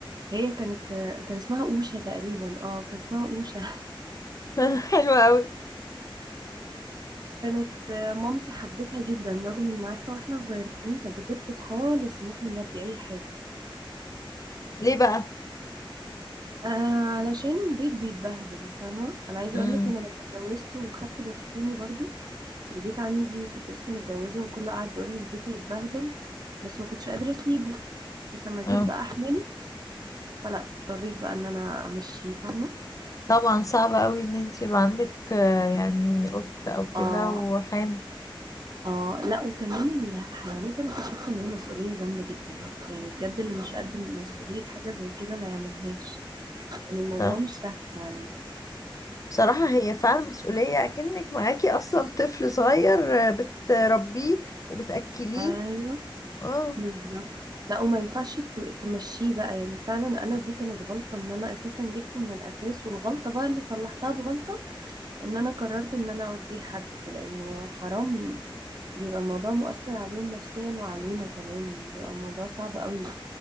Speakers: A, on the right (about 50°); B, on the left (about 40°).
A: هي كانت كان اسمها اوشا تقريبا اه كان اسمها اوشا
B: <laughs> حلو قوي
A: كانت مامتي حبتها جدا رغم ان عارفه واحنا صغيرين كانت بترفض خالص ان احنا نربي اي حاجه
B: ليه بقى
A: آه علشان بيت بيتبهدل فاهمه انا عايزه
B: امم
A: اقول لك ان انا اتجوزت وخدت بسوني برضو البيت عندي كنت لسه متجوزة وكله قاعد يقول لي البيت هيتبهدل بس ما كنتش قادرة اسيبه بس لما جيت
B: اه
A: بقى احمله فلا اضطريت بقى ان انا امشيه فاهمة
B: طبعا صعب قوي ان انتي يبقى عندك آه، يعني قط او كده
A: اه
B: وحامل
A: اه لا وكمان الحيوانات انا اكتشفت ان هي مسؤولية جامدة جدا يعني بجد اللي مش قد مسؤولية حاجة زي كده ما يعملهاش لان الموضوع
B: صراحة
A: مش سهل فعلا
B: بصراحة هي فعلا مسؤولية أكنك معاكي أصلا طفل صغير آه، بتربيه وبتأكليه
A: ايوه
B: اه
A: بالظبط لا وما ينفعش ت- تمشيه بقى يعني فعلا انا دي كانت غلطة ان انا اساسا جبته من الاساس والغلطة بقى اللي صلحتها بغلطة ان انا قررت ان انا اوديه لحد لانه حرام بيبقى الموضوع مؤثر عليهم نفسيا وعلينا كمان بيبقى الموضوع صعب قوي